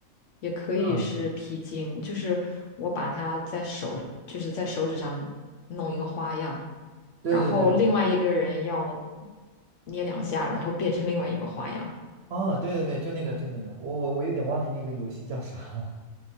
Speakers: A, on the left; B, on the right.
A: 也可以是皮筋，
B: 嗯，
A: 就是我把它在手，就是在手指上弄一个花样，
B: 对对对，
A: 然后另外一个人要捏两下，然后变成另外一个花样。
B: 啊，对对对，就那个就那个，我我我有点忘记那个游戏叫啥。